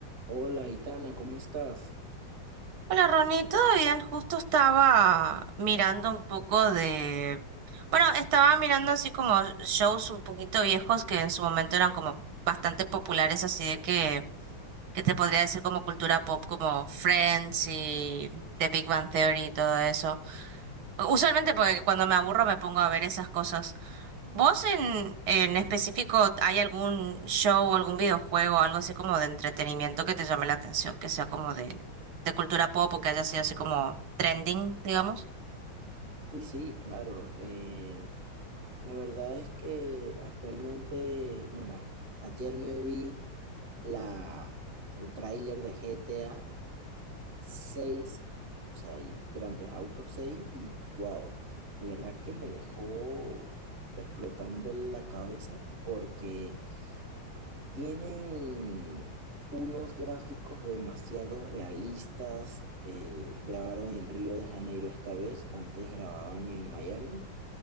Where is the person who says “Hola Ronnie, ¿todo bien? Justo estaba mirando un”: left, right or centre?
Right